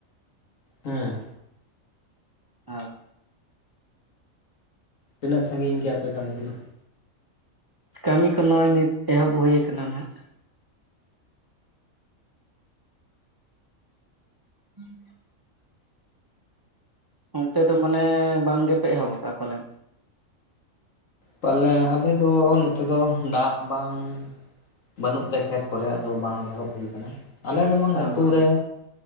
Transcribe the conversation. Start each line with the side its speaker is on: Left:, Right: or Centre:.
Left: ᱦᱮᱸ᱾
Right: ᱟ
Left: ᱛᱤᱱᱟᱹᱜ ᱥᱟᱺᱜᱤᱧ ᱠᱮᱜ-ᱟ ᱯᱮ ᱠᱟᱹᱢᱤ ᱠᱚ ᱫᱚ?
Right: ᱠᱟᱹᱢᱤ ᱠᱚ ᱱᱚᱜ-ᱚᱭ ᱱᱤᱛ ᱮᱦᱚᱵ ᱦᱩᱭ ᱠᱟᱱᱟ ᱱᱟᱜ᱾ <inaudible> ᱚᱱᱛᱮ ᱫᱚ ᱢᱟᱱᱮ ᱵᱟᱝ ᱜᱮ ᱯᱮ ᱮᱦᱚᱵ ᱠᱟᱜ-ᱟ ᱯᱟᱞᱮᱱ?
Left: ᱯᱟᱞᱮ ᱟᱞᱮ ᱫᱚ ᱱᱚᱛᱮ ᱫᱚ ᱫᱟᱜ ᱵᱟᱝ ᱵᱟᱹᱱᱩᱜ ᱛᱮ ᱠᱷᱮᱛ ᱠᱚᱨᱮ ᱟᱫᱚ ᱵᱟᱝ ᱮᱦᱚᱵ ᱦᱩᱭ ᱠᱟᱱᱟ᱾ ᱟᱞᱮ ᱫᱚ ᱵᱟᱝ
Right: ᱚ
Left: ᱟᱹᱛᱩ ᱨᱮ